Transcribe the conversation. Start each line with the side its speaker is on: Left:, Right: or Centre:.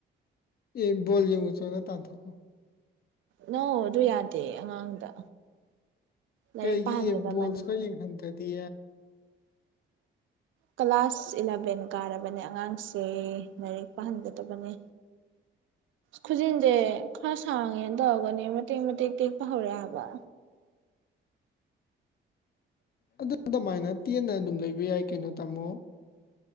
Left: ꯑꯦ ꯣꯜ ꯌꯡꯉ ꯆꯣꯅ ꯇꯥꯟꯊꯣꯛꯀ
Right: ꯅꯪ ꯑꯗꯨ ꯌꯥꯗꯦ ꯑꯉꯥꯡꯗ ꯂꯥꯏꯔꯤꯛ
Left: ꯀꯩꯒꯤ
Right: ꯄꯥꯍꯟꯒꯗꯕꯅꯤ
Left: ꯣꯜꯁ ꯀ ꯈꯟꯗꯗꯤ
Right: ꯀ꯭ꯂꯥꯁꯥꯁ ꯏꯂꯚꯦꯟ ꯀꯥꯔꯕꯅꯦ ꯑꯉꯥꯡꯁꯦ ꯂꯥꯏꯔꯤꯛ ꯄꯥꯍꯟꯒꯗꯕꯅꯦ ꯈꯨꯖꯤꯟꯁꯦ ꯈꯔ ꯁꯥꯡꯉꯦꯅ ꯇꯧꯔꯒꯅꯦ ꯃꯇꯦꯛ ꯃꯇꯦꯛ ꯇꯦꯛꯄ ꯍꯧꯔꯛꯑꯦꯕ
Left: ꯑꯗꯨ ꯑꯗꯨꯃꯥꯏꯅ ꯇꯦꯟꯅ ꯑꯗꯨꯝ ꯂꯩꯕ ꯌꯥꯏ ꯀꯩꯅꯣ ꯇꯥꯃꯣ